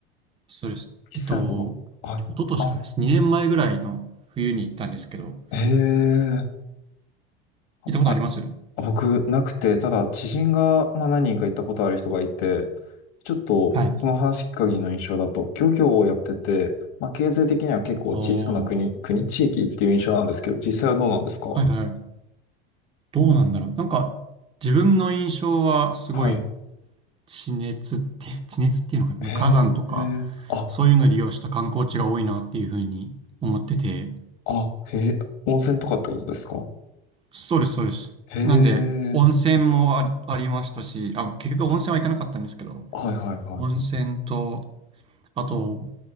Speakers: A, on the right; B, on the left.
A: そうです。
B: イスランド、
A: えっと、
B: 僕、はい。
A: 一昨年からです。
B: あ、
A: 2年前ぐらいの冬に行ったんですけど、
B: ええ。
A: 行ったことあります
B: かあ、僕、なくて、ただ、知人が、まあ、何人か行ったことある人がいて、ちょっと、
A: はい。
B: その話聞く限りの印象だと、漁業をやってて、まあ、経済的には結構小さな国、
A: おー、
B: 国、地域っていう印象なんですけど、実際はどうなんですか
A: はいはい。どうなんだろう。なんか、自分の印象はすごい
B: はい。
A: 地熱って、<laughs> 地熱っていうのかな、
B: へえ、
A: なんか火山とか、
B: あ、
A: そういうのを利用した観光地が多いなっていうふうに思ってて、
B: あ、へえ、温泉とかってことですか
A: そうです、そうです。
B: へえ、
A: なんで、温泉もあり、ありましたし、あ、結局温泉は行かなかったんですけど、
B: はいはいはい。
A: 温泉と、あと、